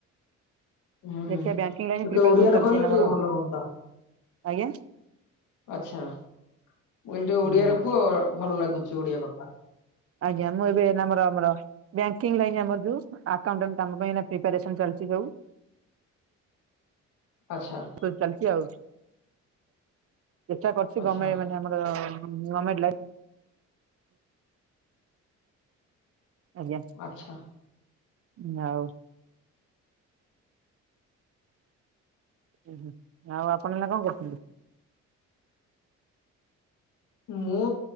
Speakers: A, on the left; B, on the right.
A: ହୁଁ
B: ଦେଖିବା ବ୍ୟାଙ୍କିଙ୍ଗ ଲାଇନ
A: ଟିକେ
B: ପ୍ରିପାରେସନ
A: ଓଡିଆରେ
B: ଚାଲିଛି
A: କହିଲେ
B: ଏଇନା
A: ଟିକେ
B: ଆମର
A: ଭଲ ହୁଅନ୍ତା।
B: ଆଜ୍ଞା
A: ଆଚ୍ଛା ମୁ କହିଲି ଟିକେ
B: ହୁଁ
A: ଓଡିଆରେ କୁଅ ଭଲ ଲାଗୁଚି ଓଡିଆ କଥ୍
B: ଆଜ୍ଞା ମୁଁ ଏବେ ନାମର ଆମର ବ୍ୟାଙ୍କିଙ୍ଗ୍ ଲାଇନ୍ ଆମର ଯୋଉ ଆକାଉଣ୍ଟାଣ୍ଟ୍ କାମ ପାଇଁ ଏଇନା ପ୍ରିପେୟାରେସନ୍ ଚାଲିଚି ଯୋଉ
A: ଆଚ୍ଛା।
B: ଫୁଲ୍ ଚାଲିଚି ଆଉ ଚେଷ୍ଟା କରଚି
A: ଆଚ୍ଛା
B: ଗମେଣ୍ଟ୍ ମାନେ ଆମର ନର୍ମାଲ ଲାଇଫ୍ ଆଜ୍ଞା।
A: ଆଚ୍ଛା।
B: ନା ଆଉ। ଉ ହୁ ଆଉ ଆପଣମାନେ କଣ କରୁଛନ୍ତି?
A: ମୁଁ